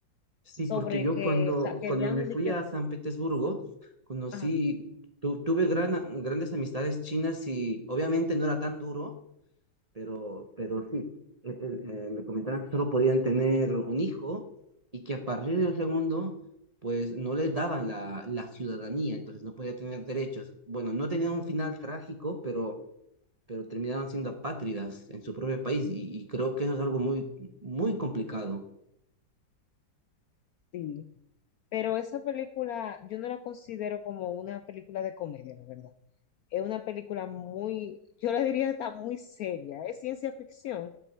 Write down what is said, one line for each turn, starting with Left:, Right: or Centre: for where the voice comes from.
Right: Sí,
Left: sobre
Right: porque yo
Left: que
Right: cuando,
Left: ta- querían
Right: cuando me fui
Left: de que...
Right: a San Petersburgo, conocí,
Left: Ajá,
Right: tu- tuve gran, grandes amistades chinas y obviamente no era tan duro pero, pero sí, eh, eh, eh, me comentaron que solo podían tener un hijo y que a partir del segundo, pues no les daban la, la ciudadanía, entonces no podía tener derechos. Bueno, no tenían un final trágico, pero, pero terminaban siendo apátridas en su propio país y, y creo que eso es algo muy, muy complicado.
Left: sí. Pero esa película yo no la considero como una película de comedia, la verdad. Es una película muy, yo le diría está muy seria. Es ciencia ficción,